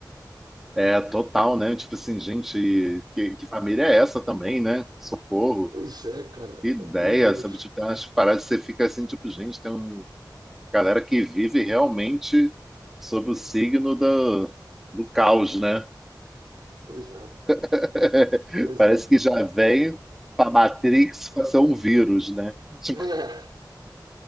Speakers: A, in the centre; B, on the right.
A: é total, né? Tipo assim, gente, que, que família é essa também, né? Socorro.
B: Pois é, cara,
A: Que ideia,
B: pelo amor de Deus.
A: sabe? Tipo, tem umas paradas que você fica assim, tipo, gente, tem um, Galera que vive realmente sob o signo do, do caos, né?
B: Pois é,
A: <laughs>
B: pois
A: Parece
B: é. <laughs>
A: que já vem para Matrix para ser um vírus, né? Tipo,
B: É.